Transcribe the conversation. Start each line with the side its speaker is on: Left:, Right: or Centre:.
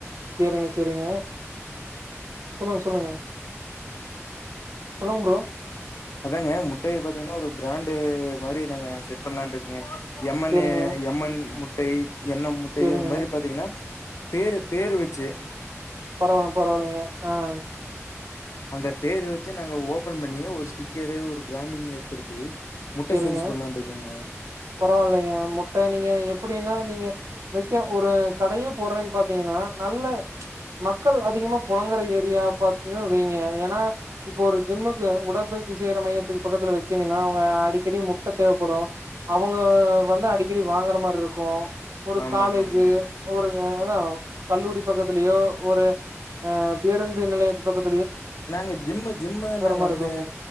Right: சரிங்க சரிங்க சொல்லுங்க சொல்லுங்க சொல்லுங்க பரோ
Left: அதாங்க முட்டைய பாத்தீங்கன்னா ஒரு ஆண்டு மாரி நாங்க செட் பண்ணலான்ருக்கங்க எம்மன்னு
Right: செரிங்க
Left: எம்மன் மு ட்டை எண்ண முட்டயோ
Right: செரிங்க
Left: இது மாரி பாத்தீங்கன்னா பேரு பேரு வச்சு
Right: பரவால பரவாயில்லைங்க ஆஹ்
Left: அந்த பேரு வச்சு நாங்க ஓபன் பண்ணி ஒரு ஸ்டிக் ஸடிக்கரு ஒரு பிராண்டிங் ஏற்படுத்தி முட்ட
Right: சரிங்க
Left: சேல்ஸ் பண்ணலான் இருக்கங்க
Right: பரவாயில்லைங்க முட்டை நீங்க எப்படி அப்படீனா நீங்க வக்க ஒரு கடையே போடறேங்னு பாத்தீங்கனா நல்ல மக்கள் அதிகமா புலங்கற ஏரியா பாத்து வைங்க ஏன்னா இப்ப ஒரு ஜிம்முக்கு உடற்பயிற்சி செய்ற மையத்துக்கு பக்கத்துல வச்சீங்கன்னா அவங்க அடிக்கடி முட்டை தேவைப்படும் அவங்க வந்து அடிக்கடி வாங்குற மாதிரி இருக்கும் ஒரு
Left: ஆமா
Right: காலேஜ்
Left: ஆமாங்க
Right: ஒரு அதான் கல்லூரி பக்கத்துலயோ ஒரு பேருந்து நிலையத்து பக்கத்து
Left: நாங்க ஜிம்மு ஜிம்மு நாங்க
Right: மாரி
Left: வந்து
Right: இருக்குங்க